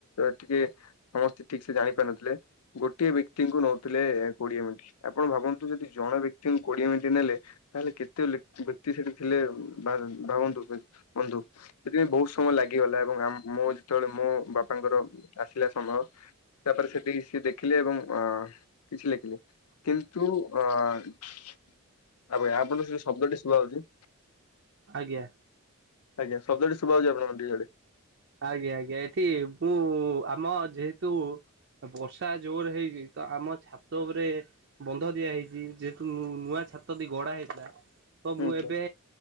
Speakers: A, on the left; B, on the right.
A: ଟିକେ ସମସ୍ତେ ଠିକ୍ ସେ ଜାଣିପାରିନଥିଲେ। ଗୋଟିଏ ବି ବ୍ୟକ୍ତିଙ୍କୁ ନଉଥିଲେ କୋଡିଏ ମିନିଟ୍। ଆପଣ ଭାବନ୍ତୁ ଯଦି ଜଣେ ବ୍ୟକ୍ତିଙ୍କୁ କୋଡିଏ ମିନିଟ୍ ନେଲେ ତାହେଲେ କେତେ ବ୍ୟକ୍ତି ସେଠି ଥିଲେ ଭା ଭାବନ୍ତୁ ବନ୍ଧୁ। ସେଥିପାଇଁ ବହୁତ ସମୟ ଲାଗିଗଲା ଏବଂ ଆମେ ମୁଁ ଯେତେବେଳେ ମୋ ବାପାଙ୍କର ଆସିଲା ସମୟ ତାପରେ ସେଠି ସେ ଦେଖିଲେ ଏବଂ ଉଁ କିଛି ଲେଖିଲେ। କିନ୍ତୁ ଅ ତାପରେ ଆପଣ ସେ ଶବ୍ଦ ଟି ଶୁଭାଯାଉଛି।
B: ଆଜ୍ଞା।
A: ଆଜ୍ଞା, ଶବ୍ଦ ଟି। <unintelligible>
B: ଆଜ୍ଞା ଆଜ୍ଞା ଏଠି ମୁଁ ଆମ ଯେହେତୁ ବର୍ଷା ଜୋର ହେଇଛି ତ ଆମ ଛାତ ଉପରେ ବନ୍ଧ ଦିଆ ହେଇଛି ଯେ ତୁ ନୂଆ ଛାତ ଦେଇ ଗଢା ହେଇଥିଲା। ତ ମୁଁ
A: ଆଜ୍ଞା।
B: ଏବେ